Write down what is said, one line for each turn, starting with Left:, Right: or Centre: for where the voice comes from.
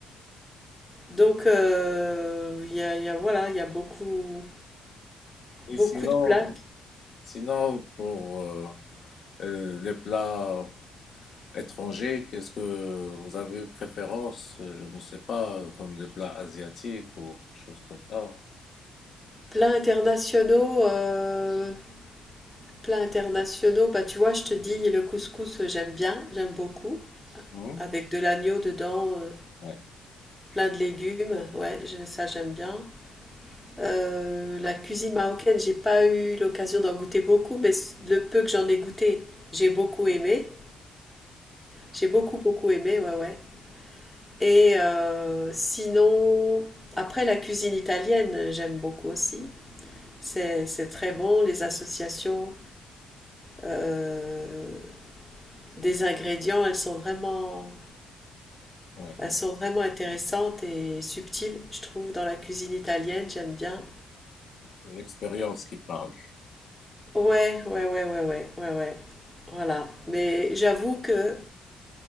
Centre: Donc euh, il y a, il y a- voilà, il y a beaucoup,
Left: et
Centre: beaucoup
Left: sinon,
Centre: de plats.
Left: sinon pour euh, euh, les plats étrangers, qu'est-ce que vous avez une préférence? euh, Je ne sais pas, comme des plats asiatiques ou quelque chose comme ça.
Centre: Plats internationaux, euh, plats internationaux, bah tu vois, je te dis, le couscous, euh, j'aime bien, j'aime beaucoup,
Left: Oui.
Centre: avec de l'agneau dedans, euh,
Left: Ouais,
Centre: plein de légumes, ouais, je- ça j'aime bien. Euh, la cuisine marocaine, j'ai pas eu l'occasion d'en goûter beaucoup, mais c- le peu que j'en ai goûté, j'ai beaucoup aimé. J'ai beaucoup, beaucoup aimé, ouais, ouais. Et euh, sinon, après la cuisine italienne, j'aime beaucoup aussi. C'est, c'est très bon, les associations euh, des ingrédients, elles sont vraiment,
Left: ouais.
Centre: elles sont vraiment intéressantes et subtiles, je trouve, dans la cuisine italienne, j'aime bien.
Left: C'est l'expérience qui parle.
Centre: Ouais, ouais, ouais, ouais, ouais, ouais, ouais. Voilà. Mais j'avoue que